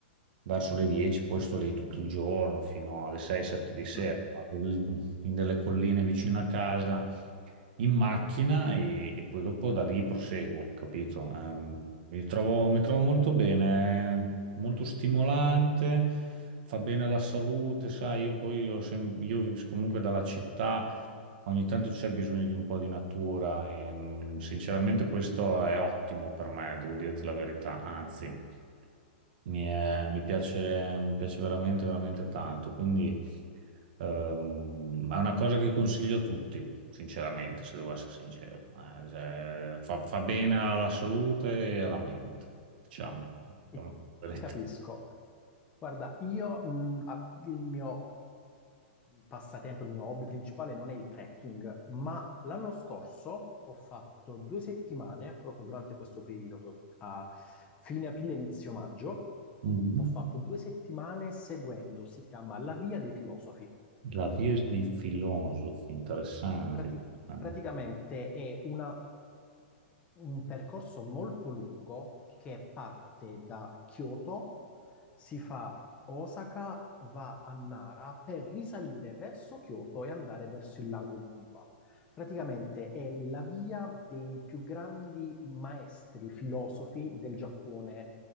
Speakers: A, on the right; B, on the left.
A: verso le 10, poi sto lì tutto il giorno fino alle 6-7 di sera.
B: mm,
A: Vado lì in delle colline vicino a casa in macchina e, e poi dopo da lì proseguo, capito? Ehm, mi trovo, mi trovo molto bene, è molto stimolante, fa bene alla salute, sai, io poi ho sem- io comunque dalla città. Ogni tanto c'è bisogno di un po' di natura e mh, sinceramente questo è ottimo per me, devo dirti la verità, anzi mi, è- mi piace, mi piace veramente, veramente tanto, quindi ehm, è una cosa che consiglio a tutti, sinceramente, se devo essere sincero, Eh, cioè, fa, fa bene alla salute e alla mente, diciamo. diciamo
B: ti,
A: la verità.
B: ti capisco. Guarda, io mm, ah, il mio passatempo, il mio hobby principale non è il trekking, ma l'anno scorso ho fatto due settimane, proprio durante questo periodo, a fine aprile, inizio maggio,
A: Mhm.
B: ho fatto due settimane seguendo, si chiama La Via dei Filosofi.
A: La via dei filosofi, interessante.
B: Prati-
A: interessante.
B: praticamente è una- un percorso molto lungo che parte da Kyoto, si fa Osaka, va a Nara per risalire verso Kyoto e andare verso il lago Biwa. Praticamente è la via dei più grandi maestri filosofi del Giappone,